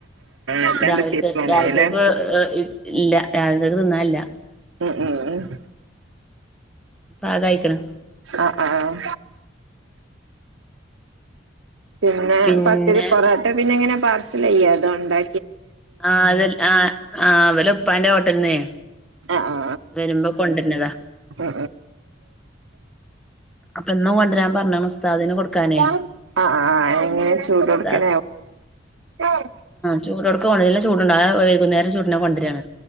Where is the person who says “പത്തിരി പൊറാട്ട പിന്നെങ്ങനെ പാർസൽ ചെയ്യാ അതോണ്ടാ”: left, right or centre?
Right